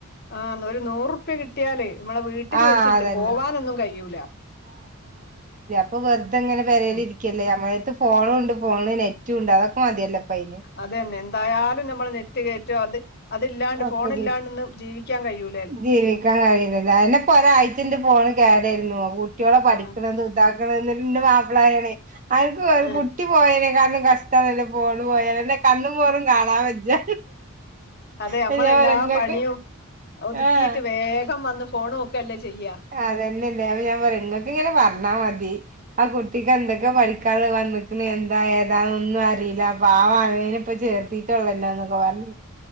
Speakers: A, on the left; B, on the right.
A: ആഹ് ഒര് നൂറു ഉറുപ്യ കി കിട്ടിയാലേ നമ്മളെ വീട്ടില്
B: ആഹ്
A: വെച്ചിട്ട്
B: അതന്നെ
A: പോവാനൊന്നും കഴിയൂല
B: ഇപ്പം വെറ്തെ ഇങ്ങനെ പെരേല്
A: ഉം
B: ഇരിക്ക്യല്ലേ നമ്മളെ എടുത്ത് ഫോണു ഉണ്ട് ഫോണ്ല് നെറ്റും ഉണ്ട് അതൊക്കെ മതിയല്ലോ ഇപ്പൊ അയ്ന്
A: അത് തന്നെ എന്തായാലും ഞമ്മള് നെറ്റ് കയറ്റും അത് അത് ഇല്ലാണ്ട്
B: ഒക്കെ
A: ഫോണ്
B: ജീ
A: ഇല്ലാണ്ട് ഇന്ന് ജീവിക്കാൻ കഴിയൂ
B: ജീവിക്കാൻ കഴിയൂലല്ലോ അത് തന്നെ ഇപ്പൊ ഒരാഴ്ച ഇന്റെ ഫോണ് കേടായിരുന്നു കുട്ടിയോളെ പഠിക്ക്ണതും
A: ആ
B: ഇതാ ക്ക്ണ്ന്ന് ഇന്നട്ട് ഇന്റെ മാപ്പിള പറയാണേ അനക്ക് അന്റെ
A: ആ
B: കുട്ടി പോയേനെക്കാട്ടിലും കഷ്ടാണല്ലോ ഫോണ് പോയാല് അൻ്റെ കണ്ണും മോറും കാണാൻ വയ്യ
A: അതെ
B: അയില്
A: നമ്മളെല്ലാ
B: ഞാൻ പറഞ്ഞു ഇങ്ങക്ക്
A: പണിയും ഒതുക്കിയിട്ട്
B: ആഹ്
A: വേഗം വന്ന് ഫോൺ നോക്കല്ലേ ചെയ്യാ
B: അത് തന്നെ അല്ലേ അപ്പൊ ഞാൻ പറയും ഇങ്ങക്ക് ഇങ്ങനെ പറഞ്ഞാ മതി ആ കുട്ടിക്ക് എന്തെ ക്കെ പഠിക്കാള്ളത് വന്ന്ക്ക്ണത് എന്താ ഏതാന്നൊന്നും അറിയില്ല പാവാണ് അതിനെ ഇപ്പൊ ചേർത്തി ട്ടൊള്ളല്ലോ എന്നൊക്കെ പറഞ്ഞ്